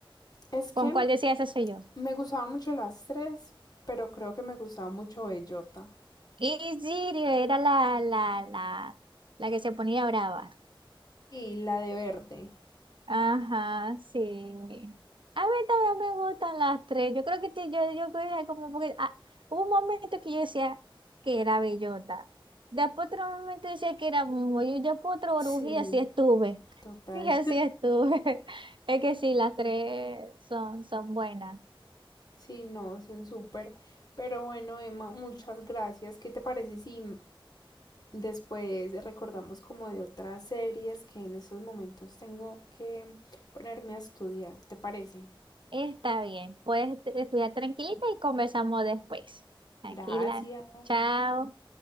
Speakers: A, on the left; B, on the right.
A: Es
B: ¿Con
A: que
B: cuál decías eso soy yo?
A: me gustaban mucho las tres, pero creo que me gustaba mucho Bellota.
B: Y Siri era la, la, la, la que se ponía brava.
A: Y la de verde.
B: Ajá, sí. A mí también me gustan las tres. Yo creo que te- yo, yo creo que como porque ah, hubo un momento que yo decía que era bellota. Después otro momento decía que era Momo. Y después otro oruji
A: Sí,
B: y así estuve. <laughs>
A: total.
B: Y así estuve. <laughs> Es que sí, las tres son, son buenas.
A: Sí, no, son súper. Pero bueno, Emma, muchas gracias. ¿Qué te parece si después recordamos como de otras series que en estos momentos tengo que ponerme a estudiar? ¿Te parece?
B: Está bien. Puedes estudiar tranquilita y conversamos después. Tranquila.
A: Gracias.
B: Chao.